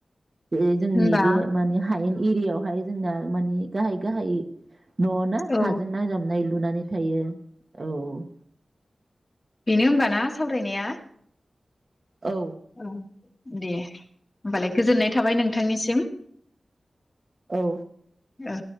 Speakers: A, on the right (about 40°); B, on the left (about 35°).
A: बे जोंनि
B: होनबा
A: बे माने हायेन। एरियायावहाय जोंना मानि गाहाय गाहाय। न'आवनो
B: औ
A: हाजों नांजाबनाय लुनानै थायो। औ।
B: बेनो ओबाना सावरायनाया?
A: औ।
B: औ दे होमबालाय गोजोननाय थाबाय नोंथांनिसिम
A: औ
B: ओ